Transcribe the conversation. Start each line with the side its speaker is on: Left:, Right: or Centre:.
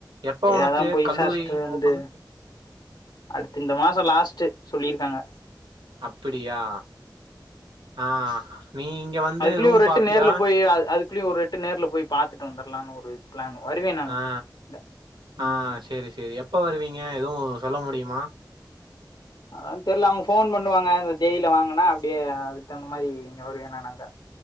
Right: எப்ப உனக்கு
Left: அதா போய் வீசாரிசிட்டு
Right: கல்லூரி
Left: வந்து
Right: ஓப்பன்
Left: அடுத்த இந்த மா ச லாஸ்ட்டு சொல்லிருக்காங்க
Right: அப்பிடியா ஆ நீ இங்க வந்து
Left: அதுக்குல்லயே
Right: ரூம்
Left: ஒரு எட்டு
Right: பாப்பியா
Left: நேர்ல போய் அ அதுக் குல்லையு ஒரு எட்டு நேர்ல போய் பாத்துட்டு வந்துர்லானு ஒரு பிளான் வருவே நானு
Right: ஆ
Left: இங்க ம்
Right: ஆ செரி செரி எப்ப வருவீங்க எதுவு சொல்ல முடியுமா
Left: அதா தெரில அவங்க ஃபோன் பண்ணுவாங்க இந்த தேதில வாங்கண்ணா அப்டியே அதுக்கு தகுந்த மாரி இங்க வருவேனா நாங்க